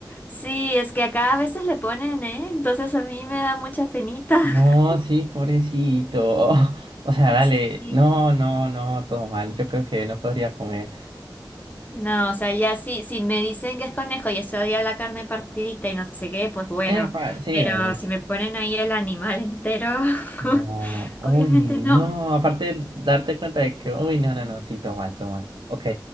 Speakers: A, on the left (about 20°); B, on the right (about 85°).
A: Sí, es que acá a veces le ponen, ¿eh? Entonces a mí me da mucha penita. <laughs>
B: No, sí, pobrecito. <laughs> O sea, dale,
A: Sí.
B: no, no, no, todo mal. Yo creo que no podría comer.
A: No, o sea, ya sí, si me dicen que es conejo y eso ya la carne partidita y no sé qué, pues bueno,
B: Epa, sí,
A: pero
B: dale.
A: si me ponen ahí el animal entero,
B: No,
A: <laughs>
B: uy,
A: obviamente no.
B: no, aparte darte cuenta de que, uy, no, no, no, sí, todo mal, todo mal. Ok,